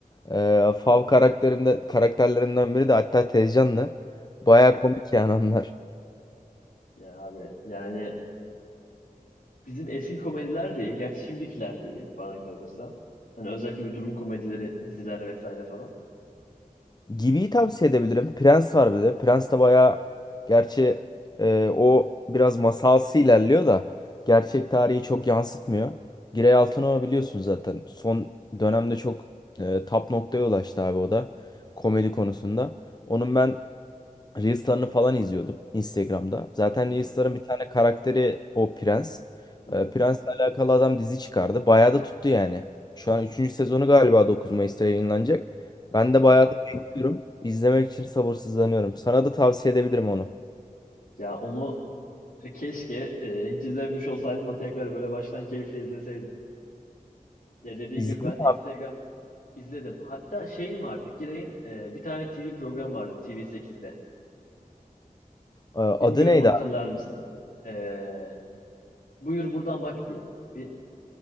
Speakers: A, on the left; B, on the left.
A: E, Fav karakterinde, karakterlerinden biri de hatta Tezcan'dı. Baya komik yani onlar.
B: Ya abi yani bizim eski komediler de iyi. Gerçi şimdikiler de iyi bana kalırsa. Hani özellikle bir durum komedileri, diziler vesaire falan.
A: Gibi'yi tavsiye edebilirim. Prens var bir de. Prens de bayağı gerçi e, o biraz masalsı ilerliyor da gerçek tarihi çok yansıtmıyor. Giray Altınok'u biliyorsunuz zaten. Son dönemde çok e, tap noktaya ulaştı abi o da komedi konusunda. Onun ben Reels'larını falan izliyordum Instagram'da. Zaten
B: Hı
A: Reels'ların
B: hı,
A: bir tane karakteri o Prens.
B: hı hı.
A: Ee, Prens'le alakalı adam dizi çıkardı. Bayağı da tuttu yani. Şu an üçüncü sezonu galiba 9 Mayıs'ta yayınlanacak. Ben
B: Aynen
A: de bayağı
B: öyle.
A: da bekliyorum. İzlemek için sabırsızlanıyorum. Sana da tavsiye edebilirim onu.
B: Ya onu e, keşke e, hiç izlememiş olsaydım da tekrar böyle baştan keyifle izleseydim. Ya dediğin
A: İzledim.
B: gibi ben de Instagram izledim. Hatta şeyin vardı. Giray'ın e, bir tane TV programı vardı TV8'de.
A: Ee, Adı
B: Bilmiyorum
A: neydi
B: hatırlar
A: abi?
B: mısın? E, buyur buradan bak diye. Bir